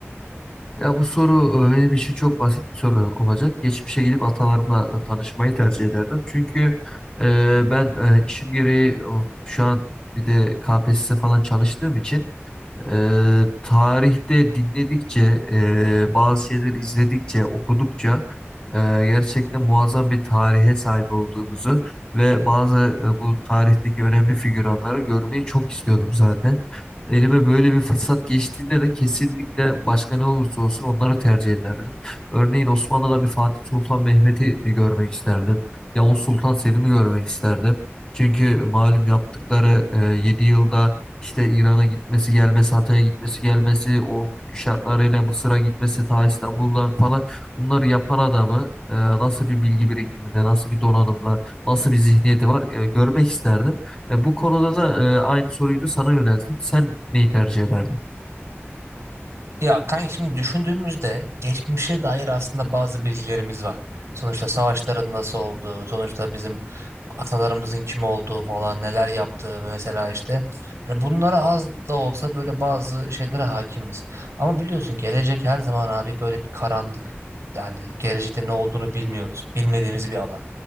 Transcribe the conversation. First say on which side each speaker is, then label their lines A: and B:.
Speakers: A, on the left (about 15°); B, on the right (about 80°).
A: Ya bu soru e, benim için çok basit bir soru olacak. Geçmişe gidip atalarımla e, tanışmayı tercih ederdim. Çünkü e, ben e, işim gereği e, şu an bir de KPSS falan çalıştığım için Eee, tarihte dinledikçe, eee, bazı şeyleri izledikçe, okudukça eee, gerçekten muazzam bir tarihe sahip olduğumuzu ve bazı e, bu tarihteki önemli figüranları görmeyi çok istiyordum zaten. Elime böyle bir fırsat geçtiğinde de kesinlikle başka ne olursa olsun onları tercih ederdim. Örneğin Osmanlı'da bir Fatih Sultan Mehmet'i görmek isterdim. Yavuz Sultan Selim'i görmek isterdim. Çünkü malum yaptıkları 7 yılda işte İran'a gitmesi, gelmesi, Hatay'a gitmesi, gelmesi, o günkü şartlarıyla Mısır'a gitmesi, ta İstanbul'dan falan bunları yapan adamı e, nasıl bir bilgi birikiminde, nasıl bir donanımda, nasıl bir zihniyeti var e, görmek isterdim. Ve bu konuda da e, aynı soruyu da sana yönelteyim. Sen neyi tercih ederdin?
B: Ya kanka şimdi düşündüğümüzde geçmişe dair aslında bazı bilgilerimiz var. Sonuçta savaşların nasıl olduğu, sonuçta bizim atalarımızın kim olduğu falan, neler yaptığı mesela işte. Hani bunlara az da olsa böyle bazı şeylere hakimiz. Ama biliyorsun gelecek her zaman abi böyle bir karanlık. Yani gelecekte ne olduğunu bilmiyoruz. Bilmediğimiz bir alan.